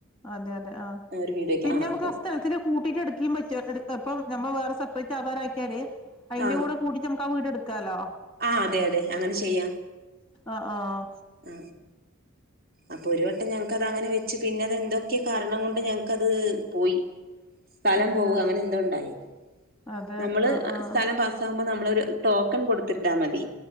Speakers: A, in the centre; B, on the right.
A: അതെ അതെ ആ
B: ഒരു വീട് വെക്ക
A: പിന്നെ നമുക്ക്
B: അപ്പൊ
A: ആ സ്ഥലത്തി കൂട്ടിട്ട് എടുക്ക പറ്റ അപ്പം നമ്മ വേറെ സെപ്പറേറ്റ് ആധാര ആക്കിയാല് അതിന്റെ
B: ആ
A: കൂടെ കൂട്ടി നമുക്ക് ആ വീട് എടുക്കാലോ
B: ആ അതെ അതെ അങ്ങനെ ചെയ്യാം
A: ആഹ് ആഹ്
B: ആഹ അപ്പൊ ഒരു വട്ടം ഞങ്ങക്ക് അത് അങ്ങനെ വെച്ചു പിന്നെ അത്െന്തൊക്കെയ കാരണം കൊണ്ട് ഞങ്ങക്കത് യി സ്ഥലം
A: അതെ
B: പോവ അങ്ങനെ എന്തണ്ടായി
A: അതെ
B: നമ്മള്
A: ആഹ് ആഹ്
B: സ്ഥലം പാ്പ നമ്മളരു ടോക്കൺ കൊടുത്തിട്ടാ മതി